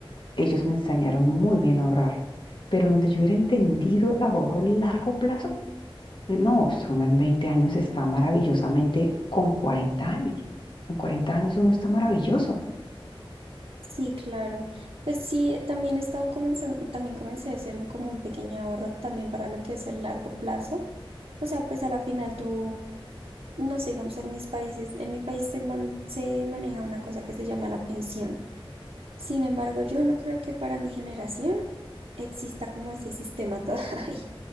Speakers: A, on the left (about 55°); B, on the right (about 80°).
A: ellos me enseñaron muy bien a ahorrar, pero donde yo hubiera entendido el ahorro a largo plazo, no, pues uno en 20 años está maravillosamente con 40 años. Con 40 años uno está maravilloso.
B: Sí, claro. Pues sí, también he estado comenzando, también comencé a hacer un- como un pequeño ahorro también para lo que es el largo plazo. O sea, pues a la final tú, no sé, digamos en mis países, en mi país se, man- se maneja una cosa que se llama la pensión. Sin embargo, yo no creo que para mi generación exista como ese sistema <laughs> todavía.